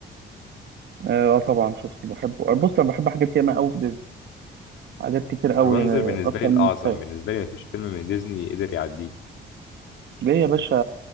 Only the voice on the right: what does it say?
اه آه طبعا شفته بحبه آه، بص انا بحب حاجات ياما قوي في ديزني حاجات كتير قوي
آه،
اكتر
من متخيل
ليه يا باشا